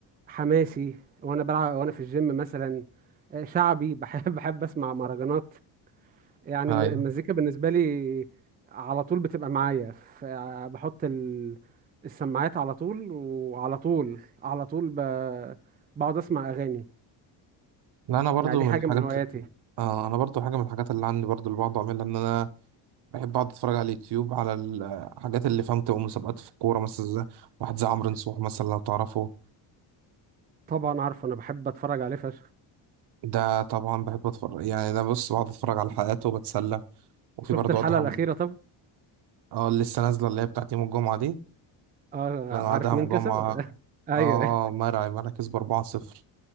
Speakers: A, on the right; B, on the right.
A: حماسي وانا بلعب وانا في الجيم مثلا آه، شعبي بحب <laughs> بحب اسمع مهرجانات يعني
B: ايوه
A: الم- المزيكا بالنسبه لي على طول بتبقى معايا ف- بحط ال- السماعات على طول وعلى طول على طول ب- بقعد اسمع اغاني
B: لا انا برضو
A: يعني دي
B: من
A: حاجه
B: الحاجات
A: من هواياتي
B: آه انا برضو حاجه من الحاجات اللي عندي برضو اللي بقعد اعملها ان انا بحب اقعد اتفرج على اليوتيوب على الحاجات اللي فهمت مسابقات في الكوره مثلا زي واحد زي عمرو نصوح مثلا لو تعرفه
A: طبعا عارفه انا بحب اتفرج عليه فشخ
B: ده طبعا بحب اتفرج يعني ده بص بقعد اتفرج على حلقاته وبتسلى وفي
A: شفت
B: برضو
A: الحلقه
B: ادهم
A: الاخيره طب
B: اه اللي لسه نازله اللي هي بتاعت يوم الجمعه دي
A: اه
B: انا
A: عارف
B: ادهم
A: مين
B: جمعه
A: كسب <laughs> ايوه
B: اه مرعي مرعي كسب 4-0